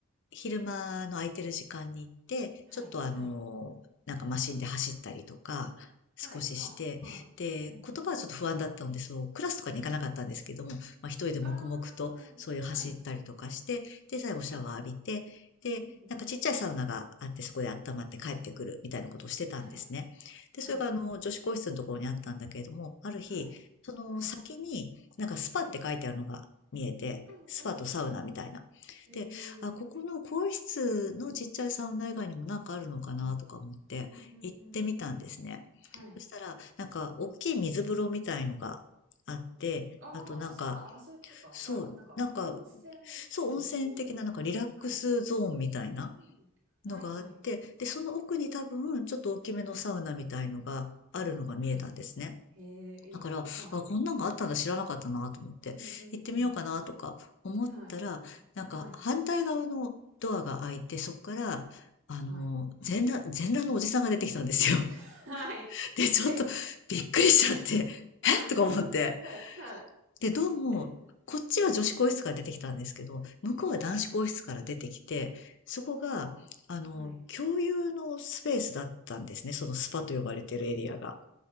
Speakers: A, on the left; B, on the right.
A: 昼間の空いてる時間に行って、
B: はいはい。
A: ちょっとあの、なんかマシンで走ったりとか、
B: はい。
A: 少しして、
B: あ、はい。
A: で、
B: うんうん。
A: 言葉はちょっと不安だったので、そう、クラスとかに行かなかったんですけども、
B: はい。
A: まあ一人で黙々とそういう走ったりとかして、
B: ああ、はい、
A: で、最後シャワー浴びて、
B: はい。
A: で、
B: うんうん。
A: なんかちっちゃいサウナがあって、そこで温まって帰ってくるみたいなことをしてたんですね。
B: はい、はい、
A: で、それがあの、女子更衣室のところにあったんだけれども、ある日、
B: はい、
A: その先になんかスパって書いてあるのが見えて、
B: はい、はい。うんうん、
A: スパとサウナみたいな。
B: はい。へえ。
A: で、あ、ここの更衣室のちっちゃいサウナ以外にもなんかあるのかなとか思って行ってみたんですね。
B: うんうんうん。はい。
A: そしたら、なんか大きい水風呂みたいのがあって、
B: うん。ああ、
A: あとなんか、
B: あ、スパ、あ、そういうことか。
A: そう、
B: じゃあ、なんか温泉み温泉じゃないか。
A: なんか、そう、温泉的ななんかリラックスゾーンみたいな
B: はい。うーん。はいはい。
A: のがあって、で、その奥に多分ちょっと大きめのサウナみたいのがあるのが見えたんですね。
B: はい。はい。へえ、いいな。
A: だから、
B: はい。
A: あ、こんなんがあったんだ知らなかったなと思って、
B: うんうんうん。
A: 行ってみようかなとか思ったら、
B: はい。
A: なんか反対側のドアが開いて、
B: はい。
A: そこから、あの、
B: はい。
A: 全裸、全裸のおじさんが出てきたんですよ。
B: <laughs> はい。
A: <laughs> で、ちょっとびっくりしちゃって、
B: え、
A: えとか思って。
B: はい、それびっくり。はい、はい。
A: で、どうも、
B: え、
A: こっちは女子更衣室から出てきたんですけど、
B: はい。
A: 向こうは男子更衣室から出てきて、そこが、
B: はあ。
A: あの、
B: はい。
A: 共有のスペースだったんですね。そのスパと呼ばれてるエリアが。